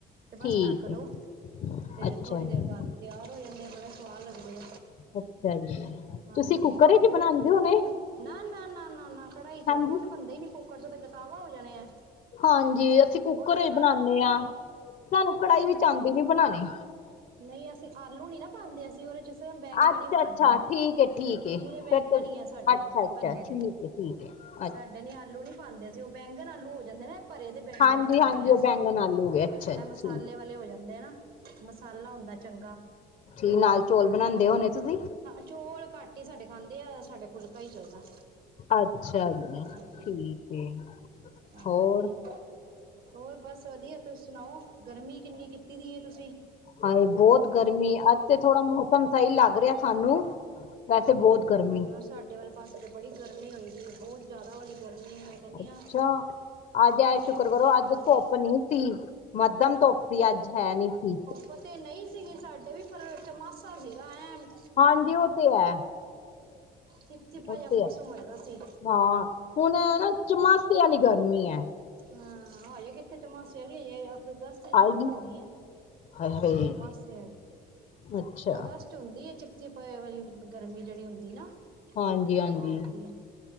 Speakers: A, on the right; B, on the left.
A: ਤੇ ਬਸ
B: ਠੀਕ
A: ਢੱਕ
B: ਹੈ
A: ਦੋ। ਤੇ
B: ਅੱਛਾ
A: ਥੋੜ੍ਹੀ
B: ਜੀ
A: ਦੇਰ ਬਾਅਦ ਤਿਆਰ ਹੋ ਜਾਂਦੇ ਬੜੇ ਸੁਆਦ ਲਗਦੇ
B: ਅੱਛਾ ਜੀ।
A: ਹਾਂਜੀ,
B: ਤੁਸੀਂ ਕੁੱਕਰ ਵਿੱਚ
A: ਉਹ
B: ਬਣਾਉਂਦੇ ਹੋਣੇ
A: ਨਾ ਨਾ ਨਾ ਨਾ ਨਾ ਕੜਾਈ ਚ
B: ਹਾਂਜੀ
A: ਉਹ ਤੇ ਹੁੰਦੇ ਹੀ ਨੀ ਕੁੱਕਰ ਚੋਂ ਤਾਂ ਗਤਾਵਾ ਹੋ ਜਾਣੇ ਆ।
B: ਹਾਂਜੀ ਅਸੀਂ ਕੁੱਕਰ
A: ਉਹ ਤੇ ਕੜਾ
B: ਚ ਬਣਾਉਦੇ ਹਾਂ ਸਾਨੂੰ ਕੜਾਹੀ
A: ਉਹ
B: ਵਿਚ
A: ਤੇ
B: ਆਉਂਦੀ ਨੀ ਬਣਾਉਣੇ
A: ਨਹੀਂ ਅਸੀਂ ਆਲੂ ਨੀ ਨਾ ਪਾਂਦੇ ਅਸੀਂ ਉਹਦੇ ਚ। ਬੈਂਗਣ
B: ਅੱਛਾ
A: ਈ ਬਣਾਣੇ
B: ਅੱਛਾ
A: ਆ
B: ਠੀਕ ਹੈ ਠੀਕ ਹੈ
A: ਨਹੀਂ ਤਾਂ ਬੈਂਗਣ
B: ਫਿਰ
A: ਈ ਆ ਸਾਡੇ
B: ਅੱਛਾ ਅੱਛਾ
A: ਬਣਨੇ
B: ਠੀਕ
A: ਦੇ।
B: ਠੀਕ ਐ।
A: ਸਾਡੇ ਨੀ ਆਲੂ ਨੀ ਪਾਂਦੇ ਅਸੀਂ ਓ ਬੈਂਗਣ ਆਲੂ ਹੋ ਜਾਂਦੇ ਨੇ। ਭਰੇ ਦੇ ਬੈਂਗਣ
B: ਹਾਂਜੀ
A: ਬਣਾਣੇ
B: ਹਾਂਜੀ
A: ਆ ਨਾ
B: ਉਹ
A: ਅਸੀਂ
B: ਬੈਂਗਣ ਆਲੂ ਹੋ ਗਏ ਅੱਛਾ ਜੀ
A: ਇਹ ਮਸਾਲੇ
B: ਠੀਕ
A: ਵਾਲੇ ਹੋ ਜਾਂਦੇ ਆ ਨਾ। ਮਸਾਲਾ ਹੁੰਦਾ ਚੰਗਾ।
B: ਜੀ ਨਾਲ ਚੌਲ ਬਣਾਂਦੇ ਹੋਣੇ ਤੁਸੀਂ?
A: ਚੋਲ ਘੱਟ ਹੀ ਸਾਡੇ ਖਾਂਦੇ ਆ ਸਾਡੇ ਫੁਲਕਾ ਹੀ ਚੱਲਦਾ।
B: ਅੱਛਾ ਜੀ,
A: ਹਾਂਜੀ
B: ਠੀਕ ਐ
A: ਤਾਂ
B: ਹੋਰ
A: ਕਰਕੇ ਹੋਰ ਬਸ ਵਧੀਆ ਤੁਸੀ ਸੁਣਾਓ ਗਰਮੀ ਕਿੰਨੀ ਕੀਤੀ ਦੀ ਐ ਤੁਸੀਂ।
B: ਹਾਂਏ ਬਹੁਤ ਗਰਮੀ ਅੱਜ ਤੇ ਥੋੜਾ ਮੌਸਮ ਸਹੀ ਲੱਗ ਰਿਹਾ ਸਾਨੂੰ ਵੈਸੇ ਬਹੁਤ ਗਰਮੀ
A: ਹਾਂ, ਸਾਡੇ ਵੱਲ ਪਾਸੇ ਤਾਂ ਬੜੀ ਗਰਮੀ ਹੋਈ ਸੀ। ਬਹੁਤ ਜਿਆਦਾ ਵਾਲੀ ਗਰਮੀ ਹੈ। ਕਹਿੰਦੀ
B: ਅੱਛਾ,
A: ਹਾਂ
B: ਅੱਜ ਆਏ
A: ਇੰਨੇ
B: ਸ਼ੁਕਰ
A: ਬੁਰੇ
B: ਕਰੋ।
A: ਹਾਲ
B: ਅੱਜ ਧੁੱਪ
A: ਏ
B: ਨੀ ਸੀ। ਮੱਧਮ ਧੁੱਪ ਸੀ। ਅੱਜ ਹੈ ਨੀ ਸੀ।
A: ਪਤੇ ਨਹੀਂ ਸੀ। ਸਾਡੇ ਵੀ ਪਰ ਚੋਮਾਸਾ ਸੀਗਾ ਐਂਨ
B: ਹਾਂਜੀ, ਉਹ ਤੇ ਹੈ।
A: ਚਿਪਚਿਪਾ
B: ਉਹ
A: ਜਾ
B: ਤੇ
A: ਮੌਸਮ
B: ਹੈ
A: ਹੈਗਾ ਸੀ।
B: ਹਾਂ ਹੁਣ ਨਾ ਚਮਾਸੇ ਵਾਲੀ ਗਰਮੀ ਐ।
A: ਹਾਂ, ਹਜੇ ਕਿੱਥੇ ਚਮਾਸ ਚਲੀ। ਹਜੇ ਅ ਅਗਸਤ ਚ
B: ਆਏਗੀ
A: ਸ਼ੁਰੂ ਹੋਣੀ ਹੈ।
B: ਹਾਏ ਹਾਏ
A: ਚੋਮਾਸੇ
B: ਅੱਛਾ
A: ਅਗਸਤ ਹੁੰਦੀ ਹੈ। ਚਿਪਚਿਪਏ ਵਾਲੀ ਗਰਮੀ ਜੇੜੀ ਹੁੰਦੀ ਨਾ
B: ਹਾਂਜੀ-ਹਾਂਜੀ,
A: ਉਹ ਹੁੰਦੀ ਹੈ